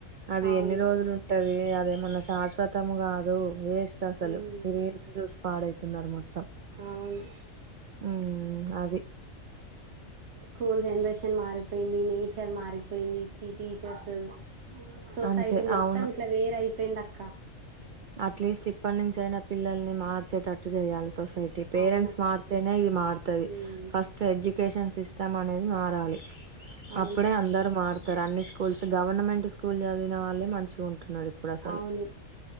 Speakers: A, on the right (about 75°); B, on the right (about 60°).
A: అది
B: అవును
A: ఎన్ని రోజులు ఉంటాయి ది అదేమన్న శాశ్వతం గాదు వేస్ట్ అసలు
B: ఉమ్
A: ఈ రీల్స్ జుసి పాడైతున్నారు మొత్తం
B: అవును
A: హ్మ్ హ్మ్ అది
B: స్కూల్ జన్రేషన్ మారిపోయింది నేచర్ మారిపోయింది చి టీచర్సు సొసైటీ
A: అంతే
B: మొత్తం
A: అవును
B: ఇట్లా వేరయి పెయిందక్క
A: అట్లీస్ట్ ఇప్పటి నుంచి అయినా పిల్లల్ని మార్చేటట్టు చేయాలి పేరెంట్స్
B: అవునక్క
A: మార్తేనే ఇది మారుతుంది
B: ఉమ్
A: ఫస్ట్ ఎడ్య ఎడుకేషన్ సిస్టమ్ అనేది మారాలి
B: అవునక్క
A: అప్పుడే అందరు మారుత ఇ అన్ని స్కూల్స్ గవర్నమెంట్ స్కూల్ చదివిన వాళ్ళే మంచిగా ఉంట న్నారుడు ఇప్పుడు అసలు
B: అవును